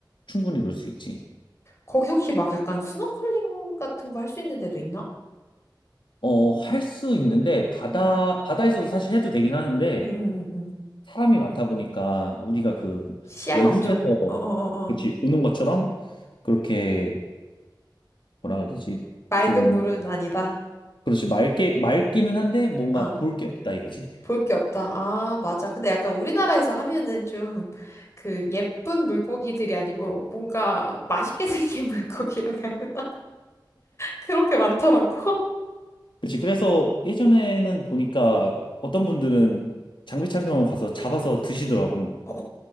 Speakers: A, on the left; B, on the left.
A: 충분히 놀 수 있지.
B: 거기 혹시 막 약간 스노클링 같은 거 할 수 있는 데도 있나?
A: 어, 할 수 있는데 바다
B: 응,
A: 바다에서도 사실 해도 되긴 하는데
B: 응, 응, 응.
A: 사람이 많다 보니까 우리가 그
B: 시야가
A: 외국에서
B: 엄청, 어어어어.
A: 그렇지 보는 것처럼 그렇게 뭐라 그래야 되지?
B: 맑은
A: 좀
B: 물은 아니다.
A: 그렇지 맑게 맑기는 한데 뭔가
B: 어,
A: 볼 게 없다 이거지.
B: 볼 게 없다. 아, 맞아. 근데 약간 우리나라에서 하면은 좀 그 예쁜 물고기들이 아니고 뭔가 맛있게 생긴 <laughs> 물고기라고 해야 되나? 그런 게 많더라고.
A: 그렇지. 그래서 예전에는 보니까 어떤 분들은 장비 착용하고 가서 잡아서 드시더라고.
B: <laughs> 어,